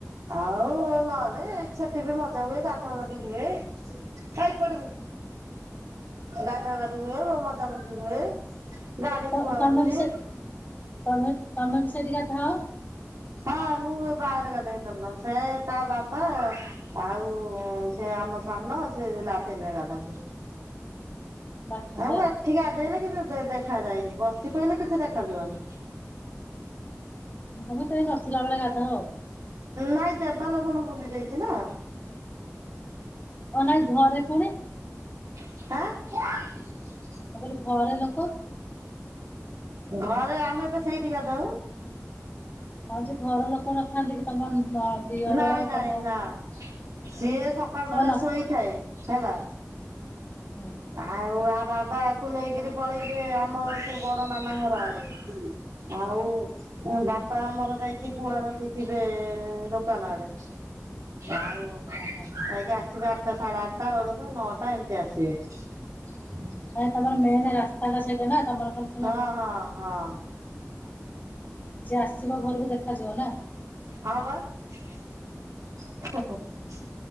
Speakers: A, on the right; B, on the left.
A: ଆଉ ନଏନେ ସେଠି ବି ମଜା ହୁଏ ଗାଧୁଆ ଗାଧି ହୁଏ। ହେଏ ପଡିବୁ ଗାଧୁଆ ଗାଧୁ ହୁଏ ମଜା ମଜି ହୁଏ। ଗାଡି
B: ତ
A: ଥୁଆ
B: ତମେ
A: ହଉଛି
B: ବି ସେ ତମେ ତମେ ବି ସେଇଠି ଗାଧାଅ?
A: ହଁ ମୁଁ ବାହାରେ ଗାଧାଏ ଜଲନଲ ସେ ତା ବାବା ଆଉ ସେ ଆମ ସାନ ସେ ଲାଟିନରେ ଗାଧାନ୍ତି।
B: ବାଥରୁମ
A: ଆଉ
B: ରେ
A: ମୁଁ ଏଠି ଗାଧେଇଲେ କିଛି ଦେ ଦେଖା ଯାଇନି ବସି ପଇଲେ କିଛି ଦେଖାଯିବନି।
B: ତମେ କେହି ନଥିଲା ବେଳେ ଗାଧାଅ।
A: ନାଇଁ ଦେବାଲ ଧନ ବୁଲି ଯାଇଛି ନା?
B: ଓ ନାଇ ଘରେ ପୁଣି
A: ଆଁ।
B: ମୁଁ କହିଲି ଘରେ ଲୋକ?
A: ଘରେ ଆମେ ତ ସେଇଠି ଗାଧାଉ।
B: ହଁ ଯେ ଘର ଲୋକ ନଥାନ୍ତି କି ତମ ନ ଦିଅର
A: ନାଇଁ ନାଇଁ
B: ତମ
A: ନା ସିଏ ସକାଳ
B: ତମ
A: ବେଳା
B: ନ
A: ଶୋଇଥାଏ ହେଲା।
B: ହୁଁ
A: ଆଉ ଆ ବାବାକୁ ନେଇକିରି ପଳେଇବେ ଆମ ସେ ବଡ଼ ନନା ଘର ଆଡ଼େ। ଆଉ
B: ହଁ
A: ବାପା ଆମର ଯାଇକି ଗୁହାଳ ଟି ଥିବେ, ଦୋ କାନ ଆଡ଼େ। ଆଉ ଯାଇକି
B: ଓହୋ।
A: ଆସିବେ ଆଟଟା ସାଢ଼େ ଆଟଟା ବେଳକୁ ନଅଟା ଏମିତି ଆସିବେ। <unintelligible>
B: ନାଇଁ ତମର ମେନ୍ ରାସ୍ତାଟା ସେଇଟା ନା ତମର ଖାଲି ସିନା
A: ହଁ ହଁ ହଁ।
B: ଯିଏ ଆସିବ ଘରକୁ ଦେଖାଯିବ ନା।
A: ହଁ ବା। <unintelligible>